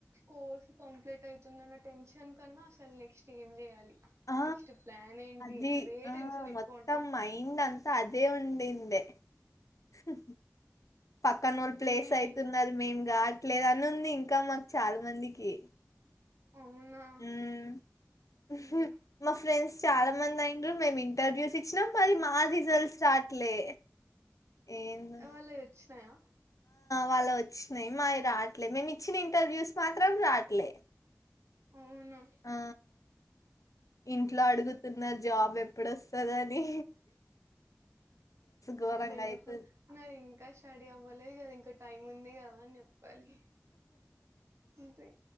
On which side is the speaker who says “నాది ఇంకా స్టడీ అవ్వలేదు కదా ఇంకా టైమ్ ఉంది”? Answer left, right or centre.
Right